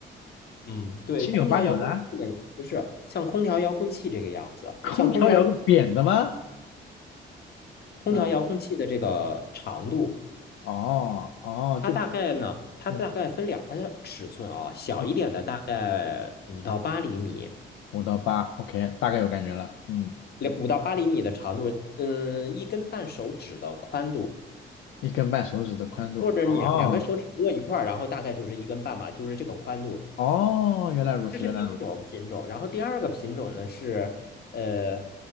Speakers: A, on the left (about 55°); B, on the left (about 80°).
A: 嗯，对，
B: 七扭八扭的，
A: 空调遥控器的不是像空调遥控器这个样子，
B: 空调摇个扁的吗？
A: 像空调。空调遥控器的这个长度，
B: 嗯，哦哦，
A: 它大概呢，
B: 就
A: 它大概分两个尺寸啊，
B: 嗯
A: 小一点的大概五到八厘米，
B: 嗯，五到八，OK，大概有感觉了，嗯，
A: 两五到八厘米的长度，嗯，一根半手指的宽度，
B: 一根半手指的宽度，
A: 或者你两根手指握一块儿，
B: 哦
A: 然后大概就是一根半嘛，就是这个宽度。
B: 哦，原来如此，
A: 这是第一种品种，
B: 原来如此，
A: 然后第二个品种呢是，呃，